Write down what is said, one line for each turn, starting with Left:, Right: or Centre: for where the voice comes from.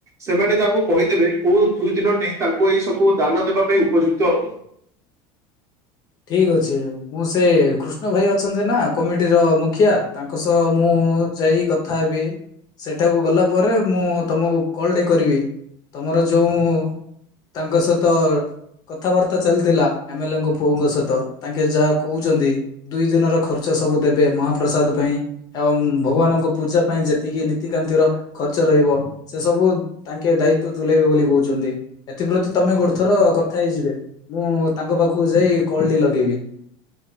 Right: ସେମାନେ ତାଙ୍କୁ କହିଦେବେ କୋଉ ଦୁଇ ଦିନଟି ତାଙ୍କୁ ଏଇ ସବୁ ଦାନ ଦେବା ପାଇଁ ଉପଯୁକ୍ତ ହବ।
Left: ଠିକ୍ ଅଛି ମୁଁ ସେ କୃଷ୍ଣ ଭାଇ ଅଛନ୍ତି ନା କମିଟିର ମୁଖ ଖିଆ ତାଙ୍କ ସହ ମୁଁ ଯାଇ କଥା ହେବି। ସେଠାକୁ ଗଲା ପରେ ମୁଁ ତମକୁ କଲଟେ କରିବି ତମର ଯୋଉ ତାଙ୍କ ସହିତ କଥାବାର୍ତ୍ତା ଚାଲିଥିଲା ଏମେଲେଙ୍କ ପୁଅଙ୍କ ସହିତ ତାଙ୍କେ ଯାହା କହୁଛନ୍ତି ଦୁଇ ଦିନର ଖର୍ଚ୍ଚ ସବୁ ଦେବେ ମହାପ୍ରସାଦ ପାଇଁ। ଆ ଭଗବାନଙ୍କ ପୂଜା ପାଇଁ ଯେତିକି ନୀତିକାନ୍ତିର ଖର୍ଚ୍ଚ ରହିବ ସେ ସବୁ ତାଙ୍କେ ଦା ଇତ୍ୱ ତୁଲେଇବେ ବୋଲି କହୁଛନ୍ତି ଏଥିପ୍ରତି ତମେ ଗୋଟେ ଥର କଥା ହେଇଯିବେ ମୁଁ ତାଙ୍କ ପାଖକୁ ଯାଇ କଲଟି ଲଗେଇବି।